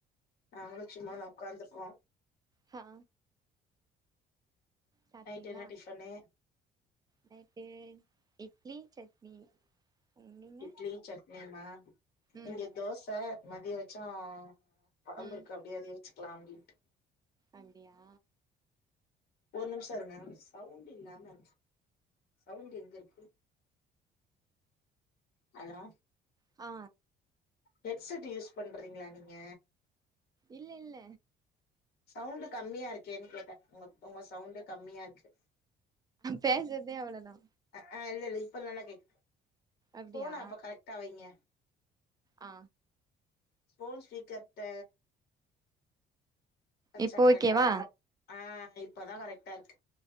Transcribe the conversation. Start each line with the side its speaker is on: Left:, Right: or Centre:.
Left: நாங்களு சும்மா தா உக்காந்துருக்கோ
Right: ஹா சாப்ட்டீங்களா
Left: நைட்டு என்ன டிஃபனு
Right: நைட்டு இட்லி சட்னி நீங்க
Left: இட்லி சட்னியுமா
Right: ம்
Left: இங்க தோச மதிய வெச்சோ கொழம்பிருக்கு
Right: ம்
Left: அப்டியே அதையே வெச்சுக்குலா அப்டின்ட்டு
Right: அப்டியா
Left: ஒரு நிமிஷோ இருங்க சவுண்ட் இல்லாம சவுண்ட் எங்க இருக்கு ஹலோ
Right: ஆ
Left: ஹெட்செட் யூஸ் பண்றீங்களா நீங்க
Right: இல்ல இல்ல
Left: சவுண்டு் கம்மியா இருக்கேன்னு கேட்டே உங்க உங்க சவுண்டு கம்மியா இருக்கு
Right: பேசற்தே அவ்ளோதா
Left: அ ஆ இல்ல இல்ல இப்ப நல்லா கேக்கு
Right: அப்டியா
Left: ஃபோன அப்ப கரெக்ட்டா வைங்க
Right: ஆ
Left: ஃபோன் ஸ்பீக்கர்ட்ட வெச்சா
Right: இப்போ
Left: கரெக்டா
Right: ஓகேவா
Left: வந்துரு ஆ இப்பதா கரெக்டா இருக்கு